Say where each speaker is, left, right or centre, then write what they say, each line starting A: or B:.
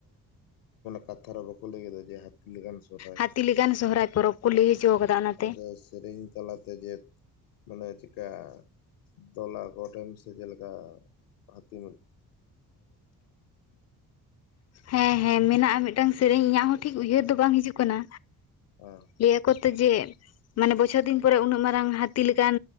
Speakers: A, on the left (about 75°); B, on the left (about 35°).
A: ᱠᱟᱛᱷᱟ ᱨᱮ ᱵᱟᱠᱚ ᱞᱟᱹᱭ ᱠᱮᱫᱟ ᱡᱮ ᱞᱮᱠᱟᱱ ᱥᱚᱨᱦᱟᱭ
B: ᱦᱟᱹᱛᱤ ᱞᱮᱠᱟᱱ ᱥᱚᱦᱨᱟᱭ ᱯᱚᱨᱚᱵ ᱠᱚ ᱞᱟᱹᱭ ᱦᱚᱪᱚ ᱟᱠᱟᱫᱟ ᱚᱱᱟᱛᱮ
A: ᱟᱫᱚ ᱥᱮᱨᱮᱧ ᱛᱟᱞᱟᱛᱮ ᱡᱮ ᱢᱟᱱᱮ ᱪᱤᱠᱟᱹ ᱫᱚᱞᱟ ᱜᱚᱴᱟᱱ ᱥᱮ ᱪᱮᱞᱮᱠᱟ ᱦᱟᱸᱛᱤ
B: ᱦᱮᱸ ᱦᱮᱸ ᱢᱮᱱᱟᱜᱼᱟ ᱢᱤᱫᱴᱟᱝ ᱥᱮᱨᱮᱧ ᱤᱧᱟᱹᱜ ᱦᱚᱸ ᱴᱷᱤᱠ ᱩᱭᱦᱟᱹᱨ ᱫᱚ ᱵᱟᱝ ᱦᱤᱡᱩᱜ ᱠᱟᱱᱟ
A: ᱦᱮᱸ
B: ᱞᱟᱹᱭᱟᱠᱚ ᱛᱚ ᱡᱮ ᱢᱟᱱᱮ ᱵᱚᱪᱷᱚᱨ ᱫᱤᱱ ᱯᱚᱨᱮ ᱩᱱᱟᱹᱜ ᱢᱟᱨᱟᱝ ᱦᱟᱹᱛᱤ ᱞᱮᱠᱟᱱ